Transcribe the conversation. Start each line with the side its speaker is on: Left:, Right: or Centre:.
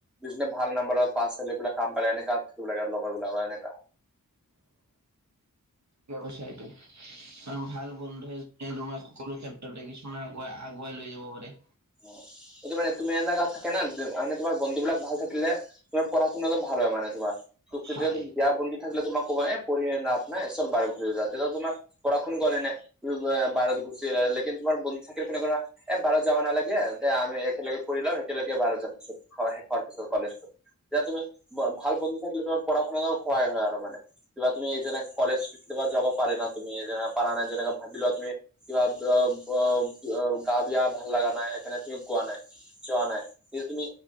Centre: দুজনে ভাল নাম্বাৰৰ পাচ কৰি পেলাই কাম পালে এনেকা থাকিব লাগে লগৰবিলাকৰ এনেকা
Right: ঠিকে কৈছা এইটো কাৰণ ভাল বন্ধুৱে যেনে তোমাৰ সকলো ক্ষে ত্ৰত দেখিছো মানে আগুৱাই আগুৱাই লৈ যাব পাৰে
Centre: অ সেইটো মানে তুমি এনেকা থাকে না মানে তোমাৰ বন্ধু বিলাক ভাল থাকিলে তোমাৰ পঢ়া শুনাতো ভাল হয় মানে তোমাৰ তোকেতো
Right: হয়।
Centre: এতিয়া বিয়াত পঢ়ি থাকিলে তোমাক ক'বা এই পঢ়িলে লাভ নাই চব বাৰে পুখুৰী তেতিয়া তোমাক বৰষুণ গলে এনে ভাৰত গুচি লেকিন তোমাৰ বন্ধু থাকিলে তেনে ধৰা এ ভাৰত যাব নালাগে দে আমি একেলগে পঢ়ি লম একেলগে ভাৰত যাম শেষ হোৱাৰ পিছত কলেজত যেতিয়া তুমি ভাল বন্ধু থাকিলে তোমাৰ পঢ়া শুনাতো সহায় হয় আৰু মানে কিবা তুমি এইজনেক কলেজ ছুটি লবা যাবা পাৰা নাই তুমি এইজনে পাৰা নাই যেনেকা ভাবি লোৱা তুমি কিবা গ গ গ গা বেয়া ভাল লগা নাই সেইকাৰনে তুমি কোৱা নাই যোৱা নাই যিটো তুমি